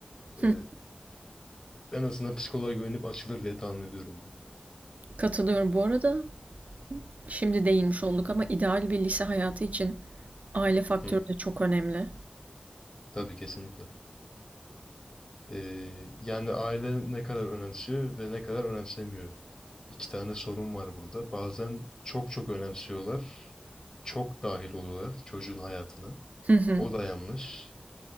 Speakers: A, on the left; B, on the right.
A: e,
B: Hı,
A: en azından psikoloğa güvenip açılır diye tahmin ediyorum ben.
B: Katılıyorum. Bu arada Şimdi değinmiş olduk ama ideal bir lise hayatı için aile faktörü
A: Hı,
B: de çok önemli.
A: tabii kesinlikle. E, yani aile ne kadar önemsiyor ve ne kadar önemsemiyor. İki tane sorun var burada. Bazen çok çok önemsiyorlar, çok dahil oluyorlar çocuğun hayatına.
B: Hı hı.
A: O da yanlış.